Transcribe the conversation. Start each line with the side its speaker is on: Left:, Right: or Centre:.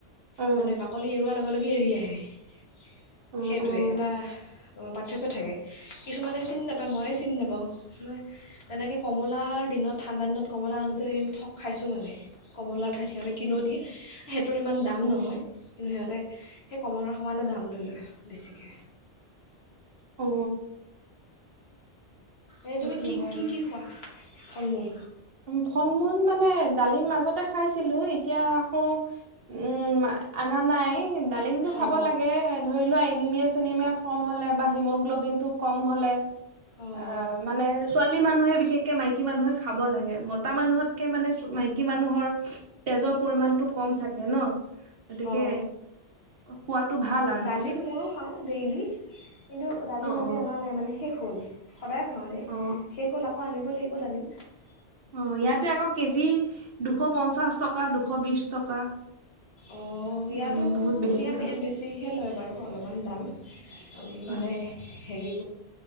Right: অ
Left: মানে বাকলি এৰুৱা লগে লগে এৰি আহে। <unintelligible>
Right: অ
Left: সেইটোৱে
Right: অ
Left: এটা বা। থাকে কিছুমানে চিনি নাপায় ময়ে চিনি নাপাওঁ মই তেনেকে কমলাৰ দিনত ঠাণ্ডা দিনত কমলা আনোতে এদিন ঠগ খাইছোঁ মানে কমলাৰ ঠাইত সিহঁতে কিনো দিয়ে সে। টোৰ ইমান দাম
Right: উম
Left: নহয় কিন্তু সিহঁতে। সেই কমলাৰ সমানে দাম লৈ লয় বেছিকে।
Right: অ।
Left: এই
Right: সেইটো
Left: তুমি কি
Right: হয়
Left: কি কি খোৱা। ফল মূল।
Right: ফল মূল মানে ডালিম মাজতে খাইছিলো এতি। এতিয়া আকৌ উম আনা নাই। ডালিমটো, খাব
Left: অঁ
Right: লাগে এ ধৰি লোৱা এনিমিয়া, চেনিমিয়া,। কম হ'লে বা হিমগ্ল'বিন টো কম হ'লে।
Left: অঁ
Right: অ মানে ছোৱালী মানুহে বিশেষকে মাইকী মানুহে খাব লাগে। মতা মানুহতকৈ মানে ছো মাইকী মা। মানুহৰ তেজৰ পৰিমাণটো কম থাকে ন। গতিকে
Left: অ
Right: খোৱাটো ভাল আৰু
Left: ডালিম ময়ো খাওঁ ডেইলি কিন্তু ডালিম
Right: অ
Left: আজি
Right: অ
Left: অনা নাই মানে শেষ। হল। সদায় খাওঁৰে
Right: অ
Left: শেষ হ'ল আকৌ আনিব। <unintelligible>
Right: অ ইয়াতে আকৌ কেজি দুশ পঞ্চাশ টকা দুশ বিশ টকা
Left: অঁ ইয়াতো
Right: মানে বহুত বেছি
Left: ইয়াত
Right: আৰু
Left: ইয়াত বেছিহে লয় বাৰু অলপমান দাম মানে
Right: হয়
Left: হেৰি